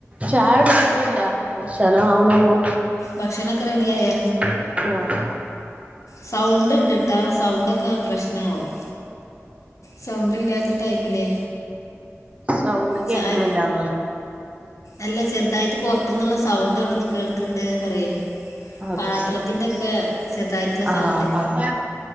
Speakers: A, on the right; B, on the left.
A: ചായ കുടിച്ചിട്ടില്ല കുടിച്ചാന് ആവണള്ളൂ
B: ഭക്ഷണക്കെ റെഡിയായോ
A: ആഹ്
B: സൗണ്ട് ഉണ്ട്ട്ടാ സൗണ്ടൊക്കെ പ്രശ്നമാവും സൗണ്ടല്ലാത്ത ടൈമിലേ
A: സൗണ്ട് കേക്കുന്നില്ലന്നോ
B: ചായ അല്ല ചെറുതായിട്ട് പുറത്തുന്നുള്ള സൗണ്ട് അവിടെന്ന് കേൾക്കണ്ട് പറയേ
A: അത്
B: പാത്രത്തിന്റെ
A: ശരി
B: ഒക്കെ ചെറുതായിട്ടുള്ള
A: ആഹ്
B: സൗണ്ട്
A: ആഹ്